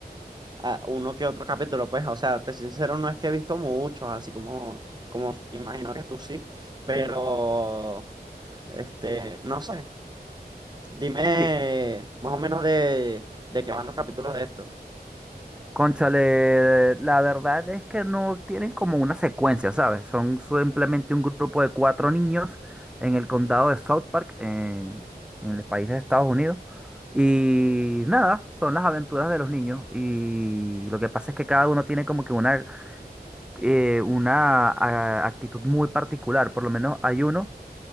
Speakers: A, on the right; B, in the centre.
A: a uno que otro capítulo, pues, o sea, te soy sincero, no es que he visto muchos, así como, como imagino que tú sí, pero. Este, no sé. Dime
B: Sí.
A: más o menos de, de qué van los capítulos de esto.
B: Cónchale, la verdad es que no tienen como una secuencia, ¿sabes? Son simplemente un grupo de cuatro niños en el condado de South Park, en, en el país de Estados Unidos. Y nada, son las aventuras de los niños. Y lo que pasa es que cada uno tiene como que una, eh, una a- actitud muy particular. Por lo menos hay uno